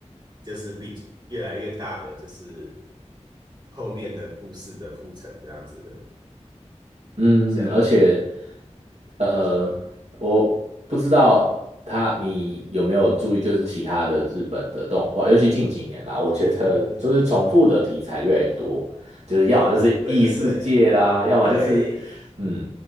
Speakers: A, on the right (about 40°); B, on the right (about 65°).
A: 就是比越来越大的就是后面的故事的铺陈这样子，
B: 嗯，
A: 像
B: 而且呃，
A: 什么啊
B: 我不知道他你有没有注意，就是其他的日本的动画，尤其近几年啦，我觉得就是重复的题材越来越多，
A: 嗯嗯嗯，
B: 就是要么就是异世界啦，
A: 哦，对对对，
B: 要么就是嗯，
A: 因为。